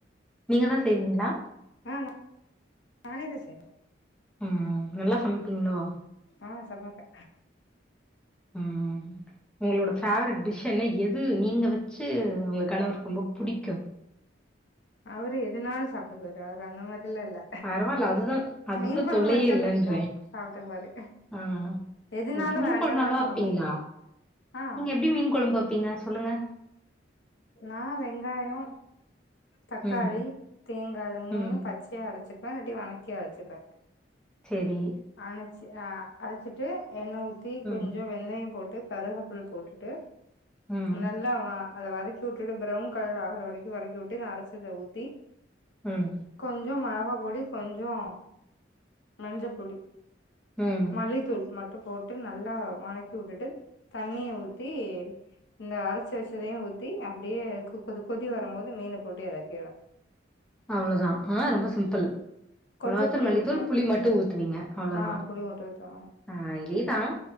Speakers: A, in the centre; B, on the left.
A: நீங்க தான் செய்வீங்களா
B: ஆஹ் நானே தான் சே
A: ம் நல்லா சமைப்பீங்களோ
B: ஆஹ் சமைப்பே
A: ம் உங்களோட ஃபேவரட் டிஷ் என்ன எது நீங்க வச்சு உங்க கணவர் ரொம்ப பிடிக்கும்
B: அவரு எதனாலும் சாப்பிட்டுக்குவரு அ அந்த மாதிரி எல்லாம் இல்ல
A: பரவாயில்ல அதுதான் அதுதான்
B: மீன் கொழம்பு
A: தொல்லையே
B: வச்சா
A: இல்லைன்றேன்
B: பிடிக்கு சாப்ட்டுக்குவாரு
A: ஆஹ்
B: எதுனாலு
A: ஓகே மீன்
B: வேண்டான்லா
A: கொழம்பு நல்லா
B: சொல்ல
A: வைப்பீங்ளா
B: மாட்டாரு ஆ
A: நீங்க எப்டி மீன் கொழம்பு வைப்பீங்க சொல்லுங்க
B: நான் வெங்காயோ தக்காளி
A: ம்.
B: தேங்கா இது மூணையு
A: ம்.
B: பச்சையா அரச்சிப்பபே இல்லாட்டி வணக்கி அரச்சிப்பே
A: செரி
B: அணச்சி அரச்சிட்டு எண்ணெ ஊத்தி
A: ம்.
B: கொஞ்சோ வெந்தயம் போட்டு கருகப்பில் போட்டுட்டு
A: ம்.
B: நல்ல நல்லா மா அத வதக்கி உட்டுட்டு பிரவுன் கலர் ஆகுற வரைக்கு வரக்கி உட்டு நா அரச்சத ஊத்தி
A: ம்
B: கொஞ்சோ மெளகா பொடி கொஞ்சோ மஞ்ச பொடி
A: ம்
B: மல்லித்தூள் மட்டும் போட்டு நல்லா வணக்கி உட்டுட்டு தண்ணிய ஊத்தி இந்த அரச்சு வச்சதயும் ஊத்தி அப்டியே கொ கொதி வரும் போது மீன போட்டு எறக்கிருவே
A: அவ்ளதா ஆ ரொம்ப சிம்பிள்
B: கொஞ்சோ
A: மொளகாத்தூள்
B: புளி
A: மல்லித்தூள்
B: ஊத்துவே
A: புளி மட்டும் ஊத்துவீங்க அவ்வளோதான்.
B: ஆ புளி மட்டு ஊத்துவோ
A: ஆ இதேதான்